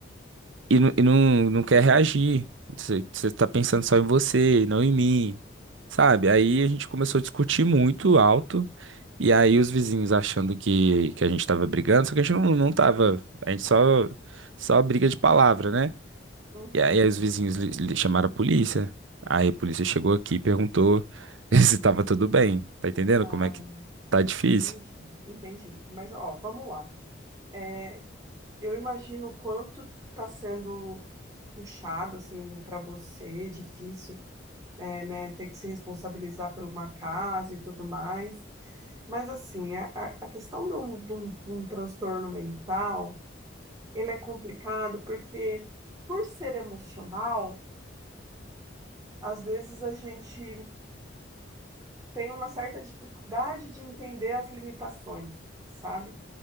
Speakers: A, on the right (about 80°); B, on the right (about 20°).
A: e, não, e não, não quer reagir. Você, você tá pensando só em você, e não em mim, sabe? Aí a gente começou a discutir muito alto, e aí os vizinhos achando que, que a gente tava brigando, só que a gente não, não tava, a gente só, só briga de palavra, né?
B: Uhum.
A: E aí os vizinhos li- li- chamaram a polícia. Aí a polícia chegou aqui e perguntou <laughs> se estava tudo bem. Tá entendendo
B: Ah.
A: como é que tá difícil?
B: Entendi, entendi. Mas, ó, vamos lá. É, eu imagino o quanto está sendo puxado, assim, para você, difícil, é, né, ter que se responsabilizar por uma casa e tudo mais. Mas, assim, a, a a questão de um, de um- de um transtorno mental, ele é complicado porque, por ser emocional, às vezes a gente tem uma certa dificuldade de entender as limitações, sabe?